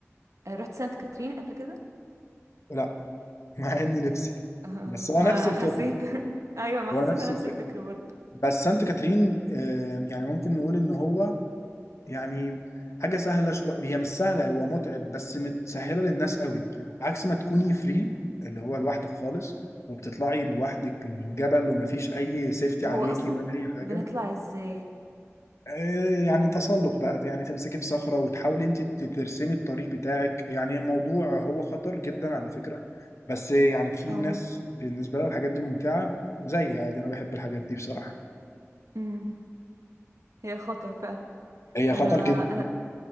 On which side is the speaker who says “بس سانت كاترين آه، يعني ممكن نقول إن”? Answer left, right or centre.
Left